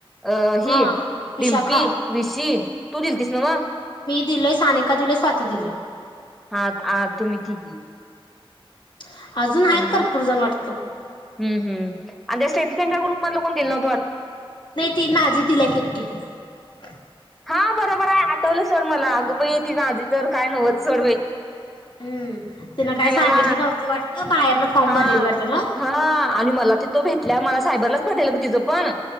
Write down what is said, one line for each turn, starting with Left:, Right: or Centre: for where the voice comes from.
Centre: अ हि
Left: हा विशाखा
Centre: डिम्पी विशी तू दिलतीस नव्ह?
Left: दिले सानिका दिले स्वाती दिले
Centre: हा आ तुम्ही तिघी
Left: <inaudible> अजून आहेत
Centre: आणि
Left: भरपूर जण वाटतं
Centre: हम्म हम आणि त्या स्टेफिकनच्या ग्रुप मध कोण दिल नव्हत.
Left: नाही ती नाझी दिल्या की एकटी ह
Centre: हा बरोबर आहे आठवलं सोड मला अगोबाई तीझे आदि तर काय नव्हत सोड बाई
Left: हम्म तिनं काय
Centre: ती
Left: सांगितली
Centre: मला
Left: नव्हती वाटतं बाहेरनं फॉर्म
Centre: हा
Left: भरलेली वाटतं ना
Centre: हा आणि मला ति तो भेटल्या मला सायबरच पडलेलं की तीज पण